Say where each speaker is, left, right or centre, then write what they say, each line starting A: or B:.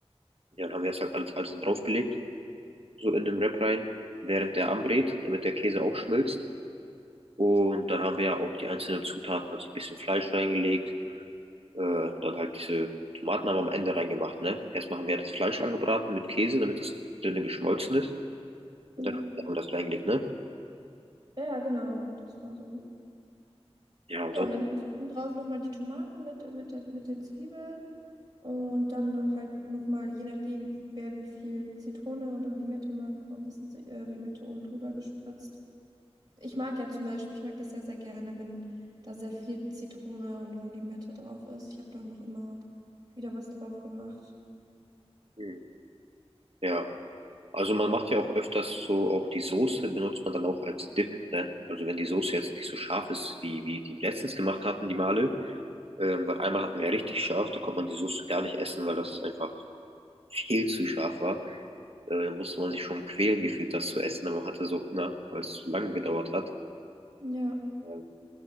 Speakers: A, on the right; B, on the right.
A: Ja, dann haben wir das halt alles, alles draufgelegt, so in den Wrap rein, während der anbrät, damit der Käse auch schmilzt. Und dann haben wir ja auch die einzelnen Zutaten, also ein bisschen Fleisch reingelegt, äh, dann halt diese Tomaten haben wir am Ende reingemacht, ne? Erst machen wir das Fleisch angebraten mit Käse, damit das dünne geschmolzen ist. Und
B: Ja.
A: dann haben wir das reingelegt, ne?
B: Ja, ja, genau, das war so.
A: Ja, und
B: Ja,
A: sonst,
B: und dann obendrauf nochmal die Tomaten mit, mit, der, mit den Zwiebeln und dann halt nochmal, je nachdem, wer wie viel Zitrone oder Limette mag, nochmal ein bisschen Z- äh, Limette oben drüber gespritzt. Ich mag ja zum Beispiel, ich mag das ja sehr gerne, wenn da sehr viel Zitrone oder Limette drauf ist. Ich habe da noch immer wieder was drauf gemacht.
A: hm, ja. Also man macht ja auch öfters so, auch die Soße benutzt man dann auch als Dip, ne? Also wenn die Soße jetzt nicht so scharf ist, wie, wie die letztens gemacht hatten, die Male, ähm, weil einmal hatten wir ja richtig scharf, da konnte man die Soße gar nicht essen, weil das einfach viel zu scharf war. Äh, da musste man sich schon quälen gefühlt, das zu essen, aber man hatte so Hunger, weil es zu lange gedauert hat.
B: Ja,
A: Ähm,